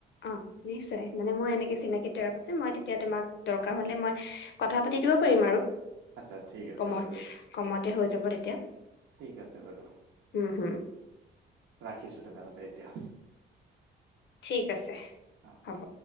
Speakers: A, on the left; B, on the right.
A: অ নিশ্চয় মানে মই এনেকে চিনাকি তাৰ‌ মই তেতিয়া তোমাক দৰকাৰ হলে মই
B: আচ্ছা ঠিক আছে
A: কমত
B: বাৰু।
A: কমতে হৈ যাব তেতিয়া
B: ঠিক আছে বাৰু।
A: উম হম
B: ৰাখিছো তেনেহলে এতিয়া।
A: ঠিক আছে
B: অ
A: হ'ব।